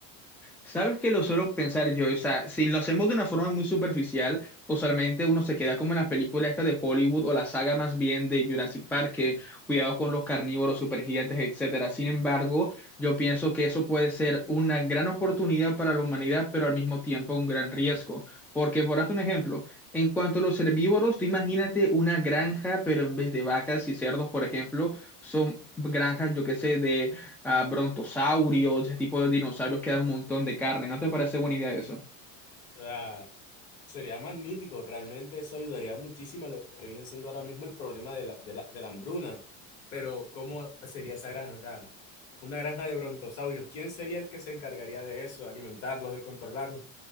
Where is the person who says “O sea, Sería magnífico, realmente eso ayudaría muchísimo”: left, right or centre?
Left